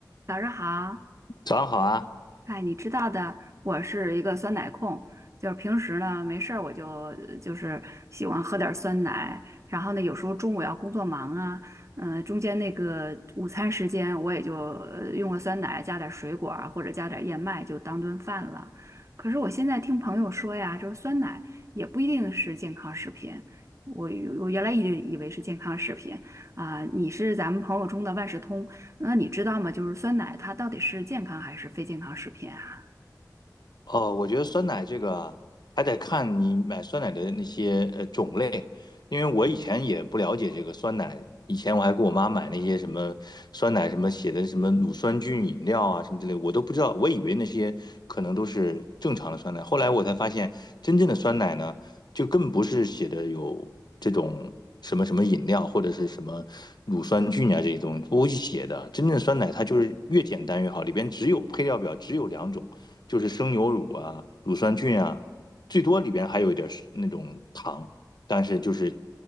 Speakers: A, on the right (about 40°); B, on the left (about 70°).
A: 早上好，
B: 早上好啊，
A: 哎，你知道的，我是一个酸奶控，就是平时呢没事儿我就呃就是喜欢喝点儿酸奶，然后呢有时候中午要工作忙啊，嗯、中间那个午餐时间我也就呃用个酸奶加点儿水果啊或者加点儿燕麦就当顿饭了。可是我现在听朋友说呀，就是酸奶也不一定是健康食品，我我原来一直以为是健康食品啊、你是咱们朋友中的万事通。那你知道吗？就是酸奶它到底是健康还是非健康食品啊？
B: 哦，我觉得酸奶这个还得看你买酸奶的那些呃种类，因为我以前也不了解这个酸奶，以前我还给我妈买那些什么酸奶什么写的什么乳酸菌饮料啊什么之类，我都不知道，我以为那些可能都是正常的酸奶，后来我才发现真正的酸奶呢，就更不是写的有这种什么什么饮料或者是什么乳酸菌啊这些东西不会去写的，真正的酸奶它就是越简单越好，里边只有配料表只有两种。就是生牛乳啊、乳酸菌啊，最多里边还有一点儿是那种糖，但是就是